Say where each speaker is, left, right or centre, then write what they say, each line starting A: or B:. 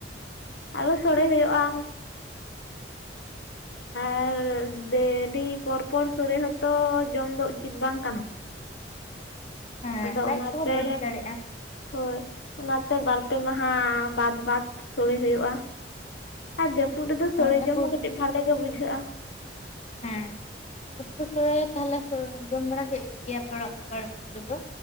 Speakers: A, on the left; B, on the left.
A: ᱟᱨᱚ ᱥᱚᱲᱮ ᱦᱩᱭᱩᱜᱼᱟ ᱟᱨ ᱫᱮᱞᱤ ᱯᱚᱨ ᱯᱚᱨ ᱥᱳᱲᱮ ᱦᱚᱛᱚ ᱡᱚᱢ ᱫᱚ ᱩᱪᱤᱛ ᱵᱟᱝ ᱠᱟᱱᱟ
B: ᱦᱮᱸ
A: ᱟᱫᱚ
B: ᱞᱟᱡ
A: ᱚᱱᱟᱛᱮ
B: ᱠᱚᱦᱚᱸ ᱵᱟᱹᱲᱤᱡ ᱫᱟᱲᱮᱭᱟᱜᱼᱟ
A: ᱦᱳᱭ ᱚᱱᱟᱛᱮ ᱵᱟᱨᱯᱮ ᱢᱟᱦᱟ ᱵᱟᱫᱽ ᱵᱟᱫᱽ ᱥᱳᱲᱮ ᱦᱩᱭᱩᱜᱼᱟ ᱟᱨ ᱡᱟᱹᱯᱩᱫ ᱨᱮᱫᱚ ᱥᱳᱲᱮ
B: ᱡᱟᱹᱯᱩᱫ
A: ᱡᱚᱢ ᱦᱚᱸ ᱠᱟᱹᱴᱤᱡ ᱵᱷᱟᱞᱮ ᱜᱮ ᱵᱩᱡᱷᱟᱹᱜᱼᱟ
B: ᱦᱮᱸ ᱦᱮᱸ ᱯᱩᱴᱠᱟᱹ ᱥᱳᱲᱮ ᱛᱟᱦᱚᱞᱮ ᱦᱳᱭ ᱡᱚᱢ ᱵᱟᱲᱟ ᱠᱮᱫ ᱜᱮᱭᱟ ᱯᱮ ᱚᱲᱟᱜ ᱠᱚ ᱠᱚᱨᱮᱫᱚ